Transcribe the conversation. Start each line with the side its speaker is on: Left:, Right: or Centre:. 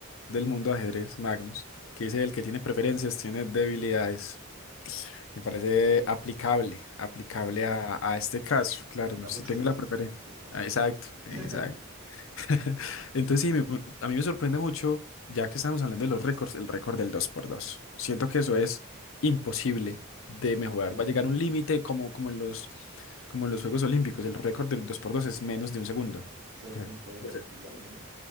Left: del mundo de ajedrez, Magnus, que dice el que tiene preferencias tiene debilidades. Me parece aplicable, aplicable
Right: en África.
Left: a, a este caso, claro,
Right: Y
Left: no,
Right: a
Left: si
Right: muchos
Left: tengo
Right: casos,
Left: la preferencia.
Right: muchos casos.
Left: Ah, Exacto,
Right: la- <laughs>
Left: exacto. <laughs> Entonces sí, me- me- a mí me sorprende mucho, ya que estamos hablando de los récords, el récord del dos por dos Siento que eso es imposible de
Right: Es menos
Left: mejorar.
Right: de un segundo,
Left: Va a llegar
Right: ¿cierto?
Left: un límite como, como en los, como en los Juegos Olímpicos. El récord del dos por dos es menos de un segundo.
Right: 0.20
Left: O sea, pues,
Right: y algo, ¿no?